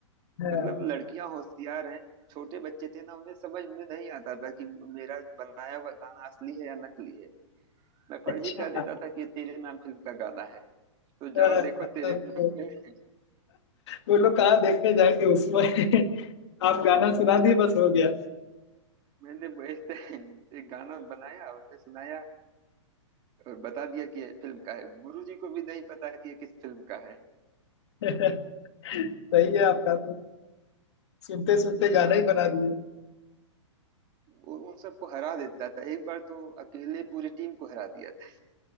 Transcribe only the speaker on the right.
मतलब लड़कियां होशियार हैं छोटे बच्चे थे ना उन्हें समझ में नहीं आता था कि मेरा बनाया हुआ गाना असली है या नकली है मैं फर्जी
कह
देता था कि तेरे नाम फिल्म का गाना है तो जाओ
देखो तेरे
नाम पे <laughs>
मतलब
मैंने बेचते- एक गाना बनाया उन्हें सुनाया और बता दिया कि ये फिल्म का है गुरु जी को भी नहीं पता कि ये किस फिल्म का है
तो
वो उन सबको हरा देता था एक बार तो अकेले पूरी टीम को हरा दिया था